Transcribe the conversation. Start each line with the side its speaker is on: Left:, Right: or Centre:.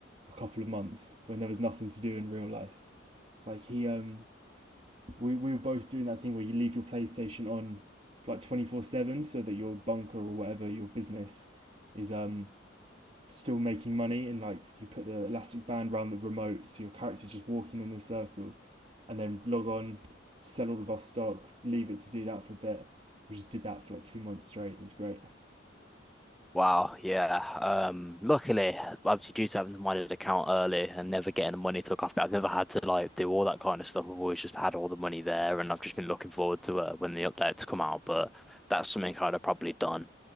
Right: a couple of months when there was nothing to do in real life. Like he, um, we we were both doing that thing where you leave your PlayStation on like twenty four seven so that your bunker or whatever your business is um still making money and like you put the elastic band around the remote so your character's just walking in a circle and then log on sell all of our stock leave it to do that for a bit we just did that for like two months straight it was great
Centre: Wow, yeah. Um, luckily, obviously due to having the money account early and never getting the money took off, but I've never had to like do all that kind of stuff. I've always just had all the money there, and I've just been looking forward to uh, when the updates come out. But that's something I'd have probably done